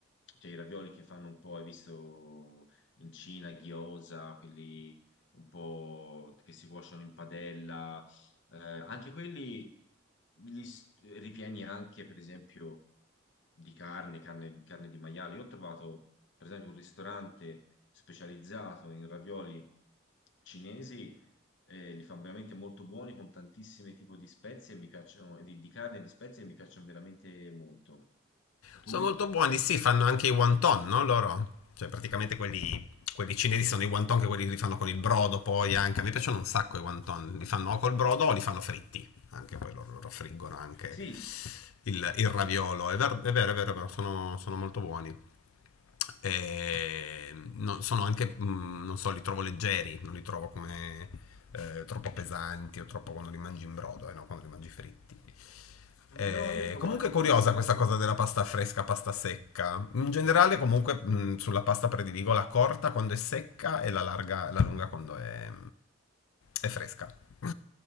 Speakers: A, on the left; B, on the left.
A: cioè i ravioli che fanno un po', hai visto in Cina, gyoza, quelli un po' che si cuociono in padella eh, anche quelli li s- ripieni anche, per esempio, di carne, carne, carne di maiale. Io ho trovato, per esempio, un ristorante specializzato in ravioli cinesi, eh, li fanno veramente molto buoni con tantissimi tipi di spezie e mi piacciono, di, di carne e di spezie e mi piacciono veramente molto. Tu?
B: Sono molto buoni, sì, fanno anche i wonton, no? Loro? Cioè, praticamente quelli, quelli cinesi sono i wonton che quelli che li fanno con il brodo poi anche. Mi piacciono un sacco i wonton. Li fanno o col brodo o li fanno fritti. Anche poi loro, loro friggono anche
A: Sì,
B: il, il raviolo. È vero, è vero, è vero, è vero, sono, sono molto buoni. E no- sono anche, mh, non so, li trovo leggeri, non li trovo come eh, troppo pesanti o troppo quando li mangi in brodo, eh, no? quando li mangi fritti. Eh,
A: no, io trovo
B: comunque
A: anche
B: è curiosa
A: che, fra l'altro,
B: questa cosa della pasta fresca, pasta secca. In generale, comunque, mh, sulla pasta prediligo la corta quando è secca e la larga, la lunga quando è, è fresca. <laughs>